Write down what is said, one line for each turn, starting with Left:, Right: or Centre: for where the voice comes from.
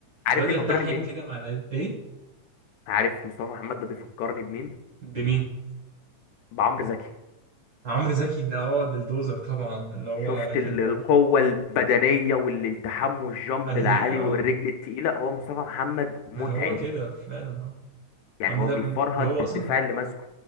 Left: عارف
Right: بيقعد
Left: بيفكرني
Right: يلتحم
Left: بمين
Right: كده مع اللعيب ايه
Left: عارف مصطفى محمد ده بيفكرني بمين
Right: بمين
Left: بعمرو زكي
Right: عمرو زكي ده هو البلدوزر طبعا اللي هو
Left: شفت ال-
Right: كان
Left: القوة
Right: برضه
Left: البدنية والالتحام والجامب
Right: حقيقي
Left: العالي
Right: اه
Left: والرجل التقيلة هو مصطفى محمد متعب
Right: هو كده فعلا اه
Left: يعني
Right: أما
Left: هو
Right: ده
Left: بيفرهد
Right: هو
Left: الدفاع
Right: اصلا
Left: اللي ماسكه